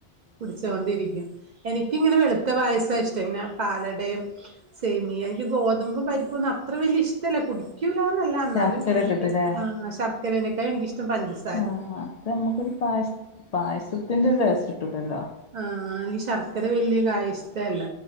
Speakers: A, on the right; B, on the left.
A: കുടിച്ചോണ്ടിരിക്കും എനിക്കിങ്ങനെ വെളുത്ത പായസവാ ഇഷ്ടം ഇങ്ങനെ പാലടയും സേമിയ എനിക്ക് ഗോതമ്പും പരിപ്പൊന്നും അത്ര വലിയ ഇഷ്ടല്ല കുടി ക്കൂലാന്നല്ല അന്നാലും
B: ശർക്കര
A: എനിക്ക്
B: ഇട്ടിട്ടില്ലേ
A: ആ ശർക്കരേനേക്കായും എനിക്കിഷ്ടം പഞ്ചസാ
B: ആഹ് അത് നമ്മക്കൊരു പായസ പായസത്തിന്റെ ടേസ്റ്റ് കിട്ടൂല്ലല്ലോ
A: ആ എനിക്ക് ശർക്കര വല്യ കായ ഇഷ്ടല്ല